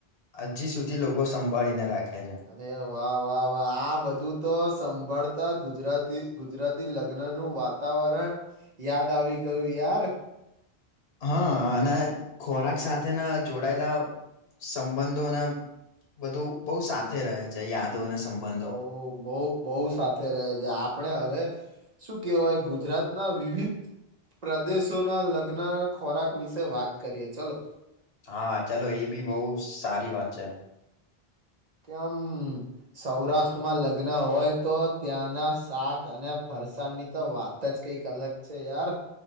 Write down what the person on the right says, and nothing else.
અરે વાહ વાહ વાહ આ બધું તો સંભાળતા ગુજરાતી ગુજરાતી લગ્ન નું વાતાવરણ યાદ આવી ગયું યાર
બહ બહ બહ સાથે રહે છે આપણે હવે શું કેવાય ગુજરાતના વિવિધ પ્રદેશોના લગ્ન ખોરાક વિશે વાત કરીએ ચલો
કેમ સૌરાષ્ટ્રમાં લગ્ન હોય તો ત્યાંના શાક અને ફરસાણની તો વાત જ કઈક અલગ છે યાર